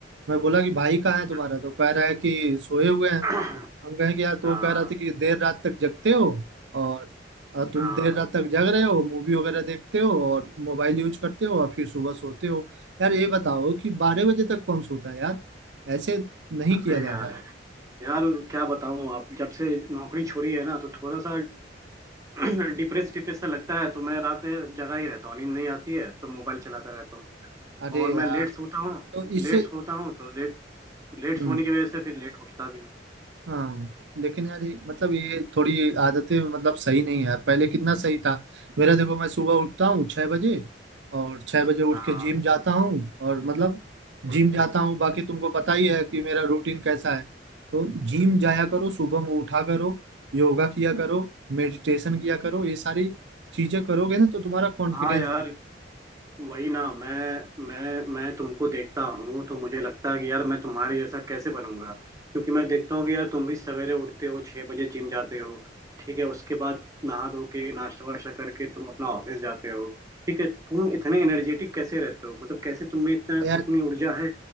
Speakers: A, on the right (about 80°); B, on the right (about 20°).
A: मैं बोला कि भाई कहाँ
B: अच्छा
A: है तुम्हारा तो कह रहा है कि सोए हुए हैं
B: <clears throat>
A: हम कहे कि यार तो
B: हाँ
A: कह रहा था कि देर रात तक जगते हो और और तुम
B: हाँ
A: देर रात तक जग रहे हो मूवी वगैरह देखते हो और मोबाइल यूज करते हो और फिर सुबह सोते हो यार ये बताओ कि बारह बजे तक कौन सोता है यार ऐसे नहीं
B: अरे
A: किया जाता
B: यार
A: है
B: यार क्या बताऊं आप जब से नौकरी छोड़ी है ना तो थोड़ा सा <clears throat> डिप्रेस डिप्रेस सा लगता है तो मैं रात में जगा ही रहता हूँ नींद नहीं आती है तो मोबाइल चलाता रहता हूँ
A: अरे
B: और
A: यार
B: मैं लेट सोता हूँ
A: तो इससे
B: लेट सोता हूँ तो लेट लेट
A: हम्म।
B: सोने की वजह से फिर लेट उठता भी हूँ
A: हाँ लेकिन यार ये मतलब
B: हम्म,
A: ये थोड़ी आदतें मतलब सही नहीं है यार पहले कितना सही था मेरा देखो मैं सुबह उठता हूँ छह बजे और छह बजे उठ
B: हाँ
A: के जिम जाता हूँ और मतलब
B: हम्म।
A: जिम जाता हूँ बाकी तुमको पता ही है कि मेरा रूटीन कैसा है तो जिम जाया करो सुबह में उठा करो योगा किया करो मेडिटेशन किया करो ये सारी चीजें करोगे ना तो तुम्हारा कॉन्फिडेंस
B: हाँ यार वही ना मैं मैं मैं तुमको देखता हूँ तो मुझे लगता है कि यार मैं तुम्हारे जैसा कैसे बनूंगा क्योंकि मैं देखता हूँ कि यार तुम भी सवेरे उठते हो छह बजे जिम जाते हो ठीक है उसके बाद नहा धो के नाश्ता वाश्ता करके तुम अपना ऑफिस जाते हो ठीक है तुम इतने एनर्जेटिक कैसे रहते हो मतलब कैसे तुम में इतना
A: बढ़ेगा
B: इतनी ऊर्जा है